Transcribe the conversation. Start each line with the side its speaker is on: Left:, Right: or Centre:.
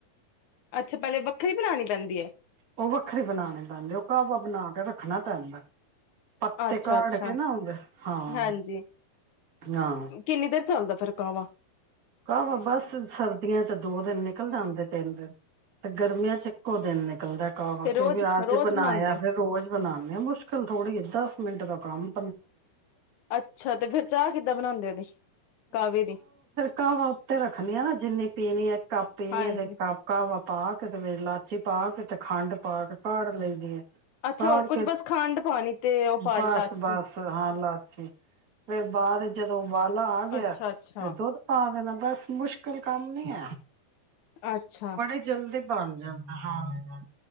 Left: ਅੱਛਾ ਪਹਿਲੇ ਵੱਖਰੀ ਬਣਾਉਣੀ ਪੈਂਦੀ ਐ?
Right: ਉਹ ਵੱਖਰੇ ਬਣਾਨੇ। ਉਹ ਕਾਵਾ ਬਣਾ ਕੇ ਰੱਖਣਾ ਪੈਦਾਂ। ਪੱਤੇ
Left: ਅੱਛਾ
Right: ਕਾੜ
Left: ਅੱਛਾ
Right: ਕੇ ਨਾ ਹਾਂ-
Left: ਹਾਂਜੀ
Right: ਹਾਂ।
Left: ਕਿੰਨੀ ਦੇਰ ਚੱਲਦਾ ਫਿਰ ਕਾਵਾ।
Right: ਕਾਹਵਾ ਬਸ ਸਰਦੀਆਂ ਚ ਦੋ ਦਿਨ ਨਿਕਲ ਜਾਂਦੇ ਤਿੰਨ ਦਿਨ ਤੇ ਗਰਮੀਆਂ ਚ ਇੱਕ ਓ ਦਿਨ ਨਿਕਲਦਾ। ਹਾਂ,
Left: ਤੇ ਰੋਜ਼
Right: ਕਿਉਂਕਿ ਅੱਜ
Left: ਰੋਜ਼
Right: ਬਨਾਇਆ
Left: ਬਣਾਉਂਦੇ ਹੋ
Right: ਫਿਰ ਰੋਜ਼ ਬਨਾਨੇ ਆ ਮੁਸ਼ਕਿਲ ਥੋੜ੍ਹੀ ਆ ਦੱਸ ਮਿੰਟ ਦਾ ਕਾਮ
Left: ਅੱਛਾ ਤੇ ਫੇਰ ਚਾਹ ਕਿੱਦਾਂ ਬਨਾਦੇ ਉਹਦੀ ਕਾਵੇ ਦੀ?
Right: ਕਾਵਾਂ ਉੱਤੇ ਰੱਖਣੇ ਆਂ ਨਾ ਜਿੰਨੀ ਪੀਣੀ ਹੈ ਕੱਪ ਪੀਣੀ
Left: ਹਾਂਜੀ
Right: ਹੈ ਤੇ ਕੱਪ-ਕਪ। ਪਾ ਕਿ ਤੇ ਲਾਚੀ ਪਾ ਕੇ ਤੇ ਖੰਡ ਪਾ ਕੇ ਕਾੜ ਲਈ ਦੀ ਏ।
Left: ਅੱਛਾ
Right: ਕਾੜ
Left: ਹੋਰ ਕੁਛ
Right: ਕੇ
Left: ਬਸ ਖੰਡ ਪਾਣੀ ਤੇ ਉਹ ਪਾਣੀ
Right: ਬਸ-ਬਸ
Left: ਲਾਚੀ
Right: ਹਾਂ ਲਾਚੀ ਫੇਰ ਬਾਅਦ ਜਦੋ ਵਾਲਾ ਆ ਗਿਆ
Left: ਅੱਛਾ
Right: ਫੇਰ
Left: ਅੱਛਾ
Right: ਦੁੱਧ ਪਾ ਦੇਨਾ ਬਸ ਮੁਸ਼ਕਿਲ ਮੁ ਕੰਮ ਨਈ ਆਇਆ।
Left: ਅੱਛਾ
Right: ਬੜੇ ਜਲਦੀ ਬਨ ਜਾਦਾਂ ਹਾਂ